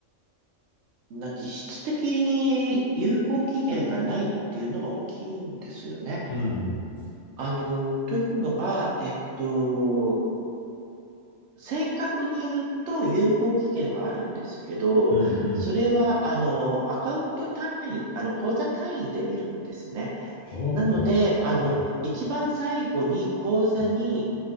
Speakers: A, on the right (about 70°); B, on the left (about 75°).
A: ーな、実質的に有効期限がないっていうのが大きいんですよね。
B: うん。
A: あのーというのが、えっと、正確に言うと有効期限はあるんですけど、
B: うんうん。
A: それは、あの、アカウント単位、あの、口座単位で見るんですね。
B: はあ。
A: なので、あの、
B: うん。
A: 一番最後に口座に、
B: うん